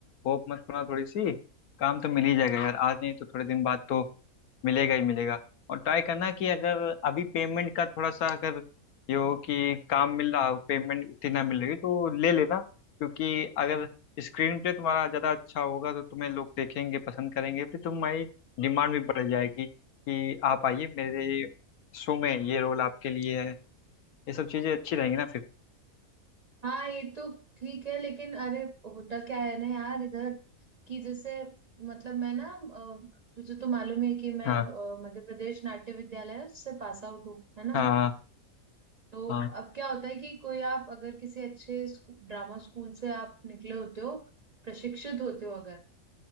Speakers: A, on the left; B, on the right.
A: होप मत खाना थोड़ी सी काम तो मिल ही जाएगा यार आज नहीं तो थोड़े दिन बाद तो मिलेगा ही मिलेगा और ट्राई करना कि अगर अभी पेमेंट का थोड़ा सा अगर ये हो कि काम मिल रहा हो पेमेंट उतनी ना मिल रही तो ले लेना क्योंकि अगर स्क्रीन पे तुम्हारा ज़्यादा अच्छा होगा तो तुम्हें लोग देखेंगे पसंद करेंगे फिर तुम्हारी डिमांड भी बढ़ जाएगी कि आप आइए मेरे शो में ये रोल आपके लिए है ये सब चीज़ें अच्छी रहेंगी ना फिर
B: हाँ ये तो ठीक है लेकिन अरे होता क्या है ना यार इधर कि जैसे मतलब मैं ना अ, तुझे तो मालूम है कि मैं
A: हाँ
B: अ, मध्य प्रदेश नाट्य विद्यालय से पास आउट हूँ है ना
A: हाँ
B: तो
A: हाँ
B: अब क्या होता है कि कोई आप अगर किसी अच्छे स्कू, ड्रामा स्कूल से आप निकले होते हो प्रशिक्षित होते हो अगर